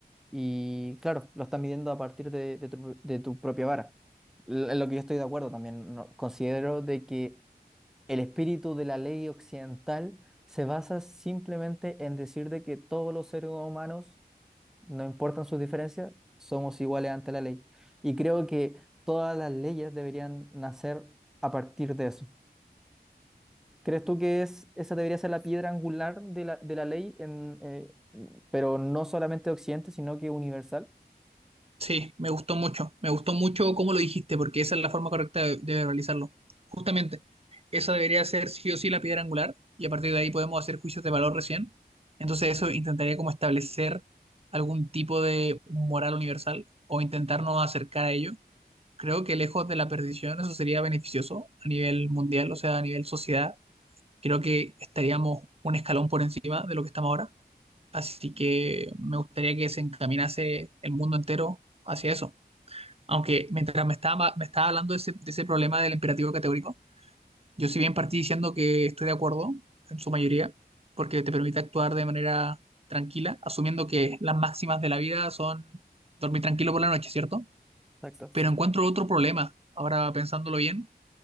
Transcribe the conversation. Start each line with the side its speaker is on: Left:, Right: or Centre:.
Centre: Y claro, lo estás midiendo a partir de, de tu, de tu propia vara. L- En lo que yo estoy de acuerdo también, no- considero de que el espíritu de la ley occidental se basa simplemente en decir de que todos los seres humanos, no importan sus diferencias, somos iguales ante la ley. Y creo que todas las leyes deberían nacer a partir de eso. ¿Crees tú que es, esa debería ser la piedra angular de la, de la ley, en, eh, pero no solamente de Occidente, sino que universal?
Right: Sí, me gustó mucho, me gustó mucho cómo lo dijiste, porque esa es la forma correcta de, de realizarlo. Justamente, esa debería ser sí o sí la piedra angular, y a partir de ahí podemos hacer juicios de valor recién. Entonces eso intentaría como establecer algún tipo de moral universal o intentarnos acercar a ello. Creo que lejos de la perdición eso sería beneficioso a nivel mundial, o sea, a nivel sociedad, creo que estaríamos un escalón por encima de lo que estamos ahora. Así que me gustaría que se encaminase el mundo entero hacia eso. Aunque mientras me estaba, me estaba hablando de ese, de ese problema del imperativo categórico, yo si bien partí diciendo que estoy de acuerdo en su mayoría, porque te permite actuar de manera tranquila, asumiendo que las máximas de la vida son dormir tranquilo por la noche, ¿cierto?
Centre: Exacto.
Right: Pero encuentro otro problema, ahora pensándolo bien,